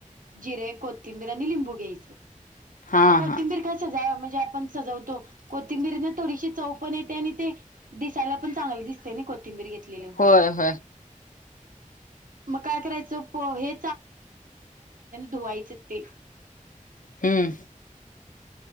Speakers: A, on the right (about 80°); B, on the left (about 75°).
A: जे कोथिंबीर लंबू घ्याय
B: हा
A: कोथंबीर
B: हा
A: सज म्हणजे आपण सजवतो कोथिंबीरीने थोडीशी चौपण येते आणि ते दिसायला पण चांगले दिसतेय को बीर घेतलं
B: होय होय
A: मग काय करायचं हे दुवाईचेते
B: हम्म,